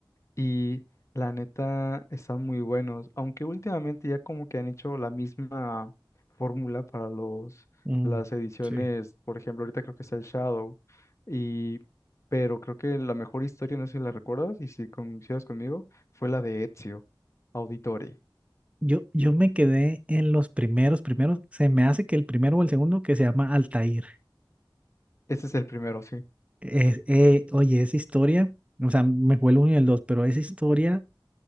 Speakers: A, on the left (about 35°); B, on the right (about 15°).
A: y la neta están muy buenos, aunque últimamente ya como que han hecho la misma fórmula para los
B: ujú,
A: las ediciones,
B: Sí.
A: por ejemplo, ahorita creo que está el Shadow y pero creo que la mejor historia, no sé si la recuerdas y si coincidas conmigo, fue la de Ezio Auditore.
B: Yo, yo me quedé en los primeros, primeros, se me hace que el primero o el segundo que se llama Altair.
A: Ese es el primero, sí.
B: Es- eh, oye, esa historia, o sea, me fue el uno y el dos, pero esa historia